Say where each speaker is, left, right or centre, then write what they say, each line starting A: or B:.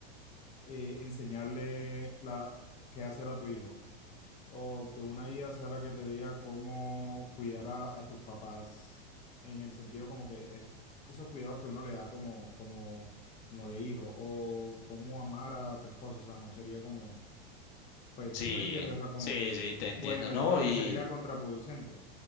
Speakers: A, on the left; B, on the left.
A: eh, enseñarle la, qué hacer a tu hijo o que una IA sea la que te diga cómo cuidar a, a tus papás en el sentido como que es, esos cuidados que uno le da como, como, como de hijo o cómo amar a tu esposo, o sea, no sería como, pues
B: Sí,
A: sí me entiendo, o sea, como
B: sí,
A: que,
B: sí, te entiendo,
A: bueno,
B: ¿no?
A: yo creo
B: Y
A: que sería contraproducente.